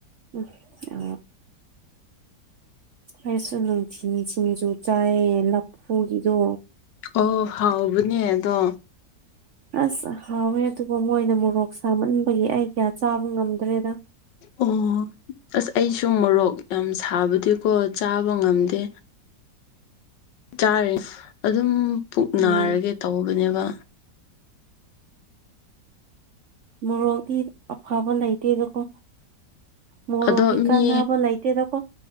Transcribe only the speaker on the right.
ꯎ ꯑ ꯑꯩꯁꯨ ꯅꯨꯡꯊꯤ ꯁꯤꯡꯁꯨ ꯆꯥꯏꯌꯦ ꯂꯐꯨꯒꯤꯗꯣ
ꯑꯁ ꯍꯥꯎꯋꯦ ꯑꯗꯨꯕꯨ ꯃꯣꯏꯅ ꯃꯣꯔꯣꯛ ꯁꯥꯃꯟꯕꯒꯤ ꯑꯩ ꯀꯌꯥ ꯆꯥꯕ ꯉꯝꯗ꯭ꯔꯦꯗ
<inaudible>
ꯎꯝ
ꯃꯣꯔꯣꯛꯗꯤ ꯑꯐꯕ ꯂꯩꯇꯦꯗꯀꯣ ꯃꯣꯔꯣꯒꯤ
ꯀꯥꯟꯅꯕ
ꯂꯩꯇꯦꯗꯀꯣ